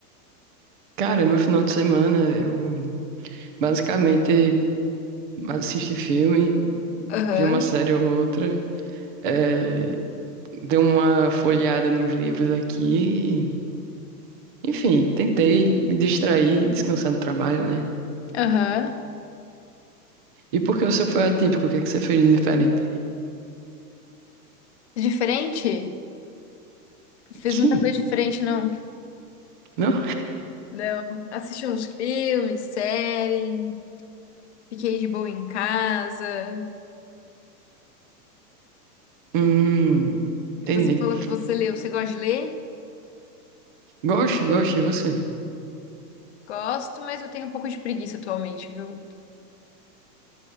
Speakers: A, on the right; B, on the left.
A: Cara, meu final de semana eu basicamente assisti filme,
B: Aham,
A: vi uma série ou outra, eh, dei uma folheada nos livros aqui. Enfim, tentei me distrair, descansar do trabalho, né?
B: aham.
A: E porque você foi atípico, o que é que você fez de diferente?
B: Diferente? Fiz
A: Sim,
B: muita coisa diferente, não.
A: não?
B: Não. Assisti uns filmes, série, fiquei de boa em casa.
A: Hum, entendi.
B: Você falou que você leu. Você gosta de ler?
A: Gosto, gosto, e você?
B: Gosto, mas eu tenho um pouco de preguiça atualmente, viu?